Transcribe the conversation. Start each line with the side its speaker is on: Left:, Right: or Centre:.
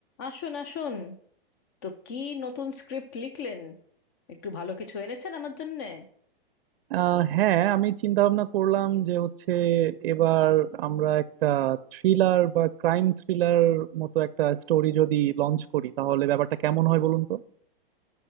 Left: আসুন আসুন তো কি নতুন স্ক্রিপ্ট লিখলেন একটু ভালো কিছু এনেছেন আমার জন্যে
Right: আহ হ্যাঁ আমি চিন্তা ভাবনা করলাম যে হচ্ছে এবার আমরা একটা থ্রিলার বা ক্রাইম থ্রিলার মতো একটা স্টোরি যদি লঞ্চ করি তাহলে ব্যাপারটা কেমন হয় বলুন তো